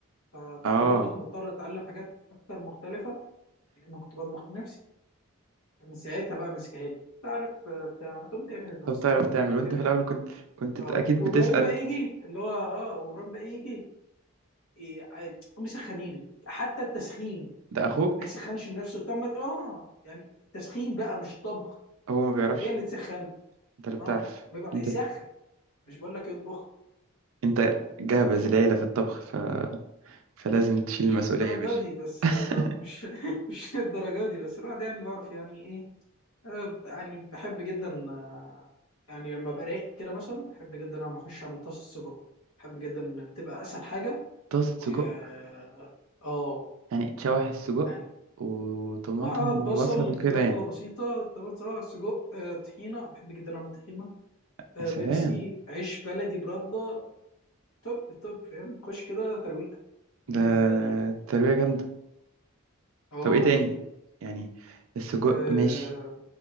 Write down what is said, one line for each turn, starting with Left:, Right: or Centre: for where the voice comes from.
Left: فكنت
Right: اه
Left: برضك مضطر اتعلم حاجات اكتر مختلفه لان كنت بطبخ لنفسي من ساعتها بقى ماسكها لي انت عارف آه، بتاع ما تقوم تعمل لنفسك
Right: طب تعرف تعمل وانت
Left: كده
Right: في
Left: يعني
Right: الاول كنت كنت
Left: اه
Right: اكيد
Left: وابراهيم
Right: بتسأل
Left: بقى يجي اللي هو اه وابراهيم بقى يجي إيه، عاد، قوم يسخنيني حتى التسخين
Right: ده اخوك
Left: ما يسخنش لنفسه طب ما اه يعني التسخين بقى مش طبخ
Right: هو ما بيعرفش
Left: هي اللي تسخن
Right: انت اللي بتعرف
Left: اه ما يبقى-
Right: انت
Left: يسخن مش بقول لك يطبخ
Right: انت جابز
Left: آه،
Right: العيله في الطبخ ف... فلازم تشيل
Left: مش
Right: المسؤوليه
Left: للدرجة
Right: مش
Left: دي بس
Right: <laughs>
Left: آه، مش <laughs> مش للدرجة دي بس الواحد يعني بعرف يعني ايه آه، يعني بحب جدا آه، يعني لما براق كده مثلا بحب جدا لما اخش اعمل طاسة سجق بحب جدا إن بتبقى اسهل حاجة
Right: طاسه سجق
Left: و اه آه،
Right: يعني تشوح السجق
Left: يعني
Right: وطماطم
Left: اه بصل
Right: وبصل وكده
Left: فلفلة
Right: يعني
Left: بسيطة طبعا اه سجق آه، طحينة بحب جدا اعمل طحينة آه،
Right: يا سلام
Left: بيبسي عيش بلدي برده توب توب فاهم خش كده ترويقة دي
Right: ده
Left: بالنسبة لي يعني
Right: تربية جامدة
Left: اه
Right: طب ايه تاني
Left: اكيد
Right: يعني السجق
Left: آه،
Right: ماشي